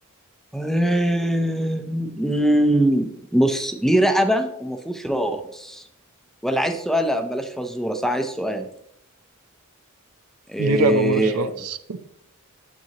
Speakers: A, in the centre; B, on the right.
A: أمم، بص ليه رقبة وما فيهوش راس ولا عايز سؤال لا بلاش فزورة صح عايز سؤال إيه
B: ليه رقبة مالوش راس